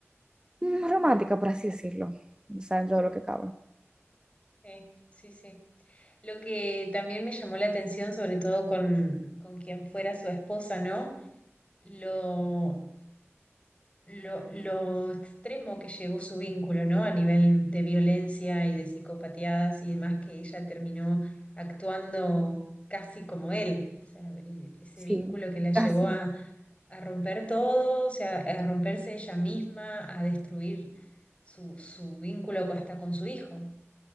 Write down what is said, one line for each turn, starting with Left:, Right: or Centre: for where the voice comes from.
Right: mm, romántica, por así decirlo, o sea, dentro de lo que cabe.
Left: Sí, sí, sí. Lo que también me llamó la atención, sobre todo con, con quien fuera su esposa, ¿no? Lo, lo, lo extremo que llegó su vínculo, ¿no? A nivel de violencia y de psicopatías y demás, que ella terminó actuando casi como él. O sea, e- ese
Right: Sí,
Left: vínculo que la llevó
Right: así.
Left: a, a romper todo, o sea, a romperse ella misma, a destruir su, su vínculo co- hasta con su hijo.